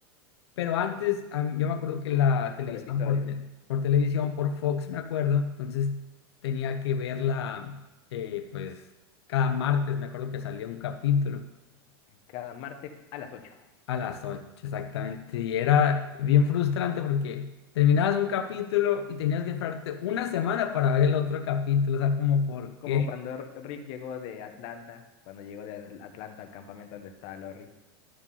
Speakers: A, on the left; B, on the left.
A: Pero antes a mí- yo me acuerdo que la televisaban
B: por episodios,
A: por, te- por televisión, por Fox, me acuerdo, entonces tenía que verla eh, pues cada martes, me acuerdo que salía un capítulo.
B: cada martes a las ocho
A: A las 8 exactamente. Y era bien frustrante porque terminabas un capítulo y tenías que esperarte una semana para ver el otro capítulo. O sea, como por
B: como
A: qué.
B: cuando R- Rick llegó de Atlanta, cuando llegó de Atl- Atlanta al campamento donde estaba Lori,